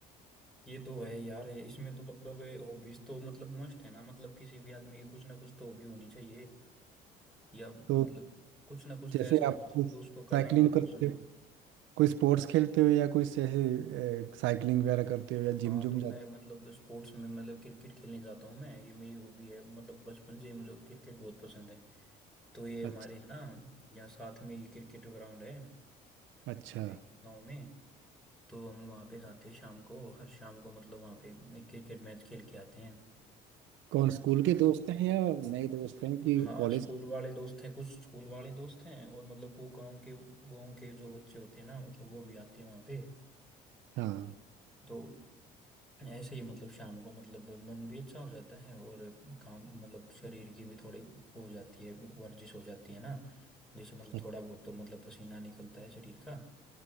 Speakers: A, in the centre; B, on the right.
A: ये तो है यार ये- इसमें तो मतलब हॉबीज तो मतलब मस्ट है ना मतलब किसी भी आदमी की कुछ ना कुछ तो हॉबी होनी चाहिए या मतलब
B: तो
A: कुछ ना कुछ
B: जैसे
A: तो ऐसा होना
B: आप
A: चाहिए
B: कुछ
A: जो उसको करना
B: साइकिलिंग
A: बहुत
B: करते
A: पसंद हो
B: हो कोई स्पोर्ट्स खेलते हो या कोई जैसे साइकिलिंग वगैरह करते हो या
A: हाँ
B: जिम जुम
A: तो मैं
B: जाते
A: मतलब स्पोर्ट्स में मतलब क्रिकेट खेलने जाता हूँ मैं ये मेरी हॉबी है मतलब बचपन से ही मुझे क्रिकेट बहुत पसंद है तो ये हमारे
B: हो अच्छा
A: है ना यहाँ साथ में ये क्रिकेट ग्राउंड है
B: अच्छा
A: एक गाँव में तो हम वहाँ पे जाते हैं शाम को हर शाम को मतलब वहाँ पे क्रिकेट मैच खेल के आते हैं
B: कौन स्कूल के दोस्त हैं या नए दोस्त हैं कि
A: हाँ
B: कॉलेज
A: स्कूल वाले दोस्त हैं कुछ स्कूल वाले दोस्त हैं और मतलब को गांव के गांव के जो बच्चे होते हैं ना मतलब वो भी आते हैं वहाँ पे
B: हाँ
A: तो ऐसे ही मतलब शाम को मतलब मन भी अच्छा हो जाता है और काम मतलब शरीर की भी थोड़ी हो जाती है वर्जिश हो जाती है ना जैसे मतलब
B: अ-
A: थोड़ा बहुत तो मतलब पसीना निकलता है शरीर का